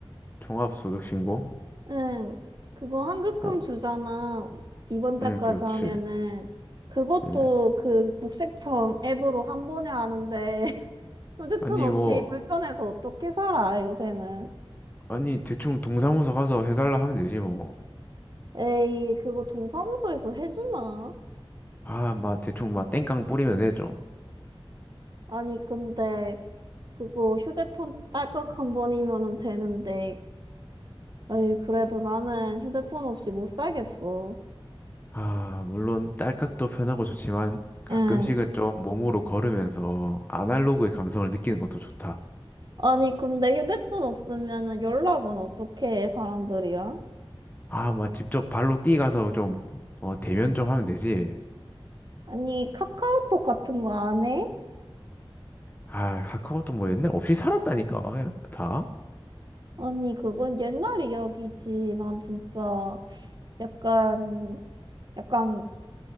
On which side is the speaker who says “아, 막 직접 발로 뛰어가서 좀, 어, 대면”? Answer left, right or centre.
Left